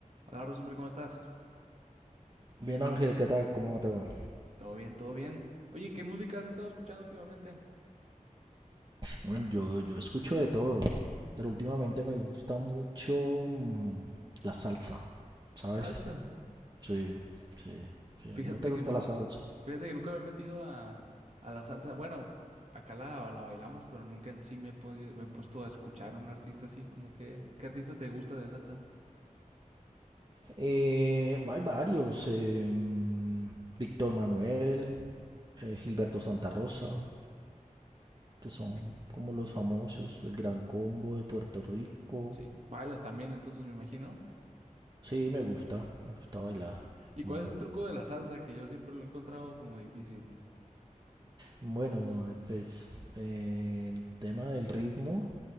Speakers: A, on the right; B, on the right.
A: Hola, Rosembri, ¿cómo estás?
B: Bien, Ángel, ¿qué tal? ¿Cómo te va?
A: Todo bien, todo bien. Oye, ¿qué música has estado escuchando últimamente?
B: Bueno, yo, yo escucho de todo, pero últimamente me gusta mucho mm, la salsa, ¿sabes?
A: Salsa.
B: Sí, sí, sí.
A: Fíjate
B: ¿No te gusta
A: que no.
B: la salsa?
A: Fíjate que nunca me he metido a, a la salsa. Bueno, acá la, la bailamos, pero nunca en sí me he podido- me he puesto a escuchar a un artista así, como que, ¿qué artista te gusta de salsa?
B: Eh, hay varios, eh, mm, Víctor Manuel, eh, Gilberto Santa Rosa, que son
A: Okay.
B: como los famosos, el Gran Combo de Puerto Rico.
A: Sí. Bailas también, entonces me imagino.
B: Sí, me gusta, me gusta bailar.
A: ¿Y
B: Mm.
A: cuál es el truco de la salsa? Que yo siempre lo he encontrado como difícil.
B: Bueno, eh, pues eh, el tema del ritmo.